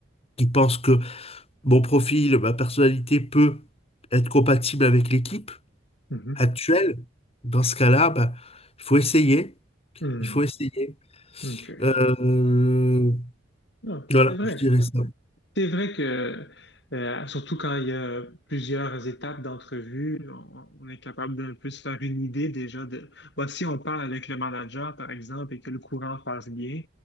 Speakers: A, on the left; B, on the left.
A: qui pensent que mon profil, ma personnalité peut être compatible avec l'équipe
B: Mhm.
A: actuelle, dans ce cas-là, bah, il faut essayer.
B: Hmm.
A: Il faut essayer.
B: Ok.
A: Euh,
B: Non,
A: voilà,
B: c'est vrai.
A: je dirais ça.
B: C'est vrai que, euh, surtout quand il y a plusieurs étapes d'entrevue, on, on est capable d'un peu se faire une idée déjà de, Bon, si on parle avec le manager, par exemple, et que le courant passe bien,